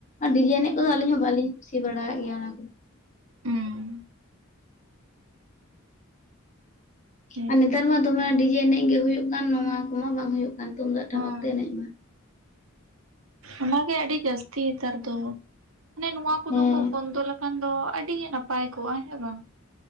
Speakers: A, on the left (about 35°); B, on the right (about 70°).
A: ᱰᱤᱡᱮ ᱮᱱᱮᱡ ᱠᱚᱫᱚ ᱟᱹᱞᱤᱧ ᱦᱚᱸ ᱵᱟᱞᱤᱧ ᱠᱩᱥᱤ ᱵᱟᱲᱟᱣᱟᱜ ᱜᱮᱭᱟ ᱚᱱᱟ ᱠᱚ᱾
B: ᱩᱸ ᱦᱮᱸᱛᱚ
A: ᱟᱨ ᱱᱮᱛᱟᱨ ᱢᱟ ᱫᱚᱢᱮ ᱰᱤᱡᱮ ᱮᱱᱮᱡ ᱜᱮ ᱦᱩᱭᱩᱜ ᱠᱟᱱ ᱱᱚᱣᱟ ᱠᱚᱢᱟ ᱵᱟᱝ ᱦᱩᱭᱩᱜ ᱠᱟᱱ᱾ ᱛᱩᱢᱫᱟᱜ ᱴᱟᱢᱟᱠ
B: ᱦᱚᱸ
A: ᱛᱮ ᱮᱱᱮᱡ ᱢᱟ
B: ᱚᱱᱟᱜᱮ ᱟᱹᱰᱤ ᱡᱟᱹᱥᱛᱤ ᱱᱮᱛᱟᱨ ᱫᱚ᱾ ᱢᱟᱱᱮ ᱱᱚᱣᱟ ᱠᱚᱫᱚ
A: ᱦᱮᱸ
B: ᱠᱚ ᱵᱚᱱᱫᱚ ᱞᱮᱠᱷᱟᱱ ᱫᱚ ᱟᱹᱰᱤ ᱜᱮ ᱱᱟᱯᱟᱭ ᱠᱚᱜ-ᱟ ᱦᱮᱸ ᱵᱟᱝ᱾